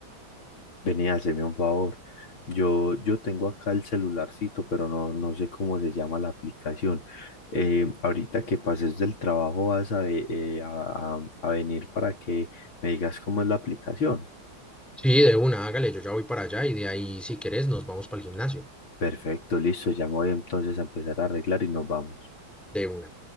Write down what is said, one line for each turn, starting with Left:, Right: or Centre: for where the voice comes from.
Left: Vení, haceme un favor. Yo, yo tengo acá el celularcito, pero no, no sé cómo se llama la aplicación. Eh, ahorita que pases del trabajo vas a, ve- eh, a, a- a venir para que me digas cómo es la aplicación.
Centre: Sí, de una, hágale, yo ya voy para allá y de ahí, si querés, nos vamos para el gimnasio.
Left: Perfecto, listo, ya me voy entonces a empezar a arreglar y nos vamos.
Centre: De una.